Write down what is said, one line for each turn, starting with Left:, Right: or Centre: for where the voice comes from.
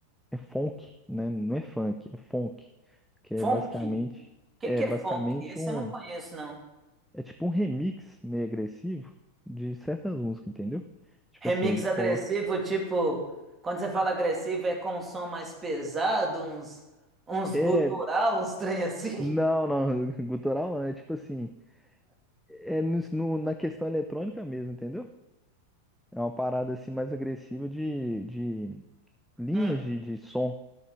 Centre: é funk, né? Não é funk, é funk, que
Right: Funk?
Centre: é basicamente
Right: O que
Centre: é
Right: que é
Centre: basicamente
Right: funk? Esse
Centre: um
Right: eu não conheço, não.
Centre: é tipo um remix meio agressivo de certas músicas, entendeu? Tipo
Right: Remix
Centre: assim, eles
Right: agressivo,
Centre: colocam
Right: tipo, quando você fala agressivo é com um som mais pesado, uns, uns
Centre: é
Right: gutural, uns trem assim.
Centre: não,
Right: <laughs>
Centre: não, <laughs> gutural não, é tipo assim, é no, no- na questão eletrônica mesmo, entendeu? É uma parada assim mais agressiva de, de linhas
Right: Hum,
Centre: de, de som.